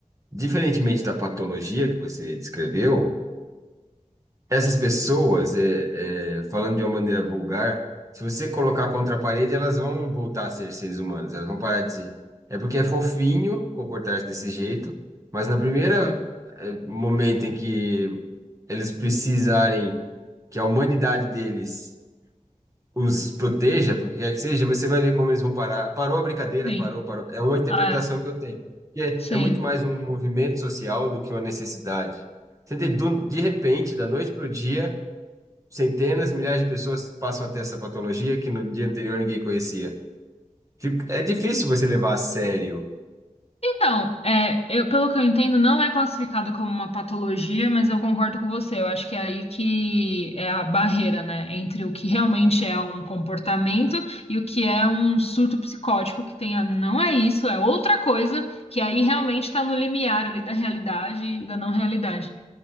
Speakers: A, on the right (about 25°); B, on the left (about 50°).
A: diferentemente da patologia que você descreveu, essas pessoas, é, é, falando de uma maneira vulgar, se você colocar contra a parede, elas vão voltar a ser seres humanos, elas vão parar de ser. É porque é fofinho comportar-se desse jeito, mas na primeira, é, momento em que eles precisarem que a humanidade deles os proteja, porque quer que seja, você vai ver como eles vão parar. Parou a brincadeira,
B: Sim.
A: parou, parou. É uma interpretação
B: Ah, é.
A: que eu tenho. E É,
B: Sim.
A: é muito mais um movimento social do que uma necessidade. Você entende? Do- De repente, da noite para o dia, Centenas, milhares de pessoas passam a ter essa patologia que no dia anterior ninguém conhecia. Fica- É difícil você levar a sério.
B: Então, é, eu- pelo que eu entendo, não é classificada como uma patologia, mas eu concordo com você. Eu acho que é aí que é a barreira, né, entre o que realmente é um comportamento e o que é um surto psicótico, que tem, a- não é isso, é outra coisa, que aí realmente está no limiar ali da realidade e da não realidade.